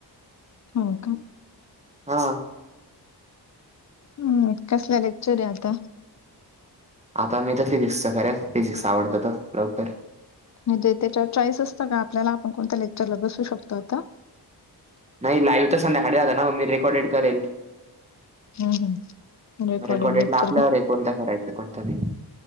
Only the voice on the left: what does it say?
हो का.
हम्म मग कसल लेक्चर आहे आता.
म्हणजे त्याच्यावर चॉईस असतं का आपल्याला आपण कोणत्या लेक्चरला बसू शकतोय आता?
हम्म हम्म. रेकॉर्डेड
लेक्चर
का?